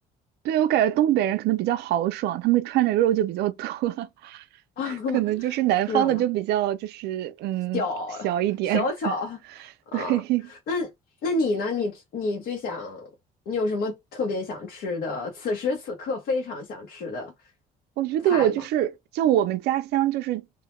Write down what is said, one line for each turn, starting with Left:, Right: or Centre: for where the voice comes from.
Right: 对，我感觉东北人可能比较豪爽，他们穿的肉就比较多，<laughs>
Left: <laughs>
Right: 可能就是南方的就比较就是嗯小一点。
Left: 是吗？屌，小巧
Right: <laughs>
Left: 啊。
Right: 对，
Left: 那那你呢？你你最想，你有什么特别想吃的，此时此刻非常想吃的
Right: 我觉得我就是像我们家乡，
Left: 菜吗？
Right: 就是